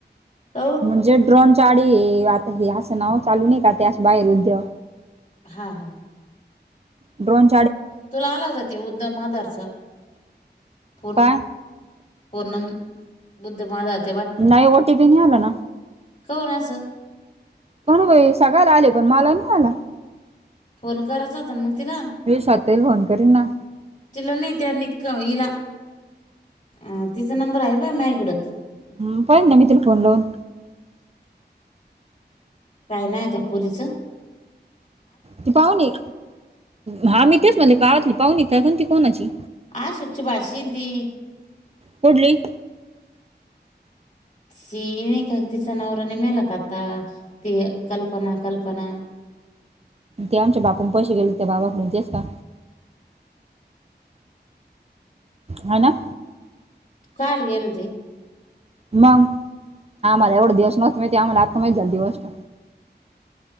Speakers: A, on the left; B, on the right.
A: कौड
B: म्हणजे शचाडी आता हे असं नाव चालू नाही का त्या बाहेर उद्यो
A: हां हां
B: ड्रोन
A: तुला आला जाते उद्धम मदारचा फोन
B: काय
A: पूर्णम बुद्धमादाद.
B: नाही ओ टीफीन नेला ना.
A: काहून असं
B: पण बये सगळयाला आले पण मला नाही आला.
A: फोन करायच होताना मंग तिला
B: <unintelligible> फोन करीन ना
A: तिला नाही त्या निक हिला अ तिचा नंबर आहे प माझ्याकड.
B: हम पाहिल ना मी तिला फोन लावून
A: काय नाय त्या पोरीच
B: ती पाहुणी हा मी तेच म्हणले गावातली पाहुनी काय कोणती कोणाची
A: आशुची भाचीन ती
B: कुठली?
A: सी नाय का ती तिचा नवरा नाय का मेला आता ते कल्पना कल्पना.
B: ते आमच्या बापून पैसे गेले त्या बाबाकडून तेच का? हो ना.
A: काल गेलोते.
B: मंग आम्हाला एवढा दिवस माहिती नव्हत आम्हाला आत्ता माहीत झाली ती गोष्ट.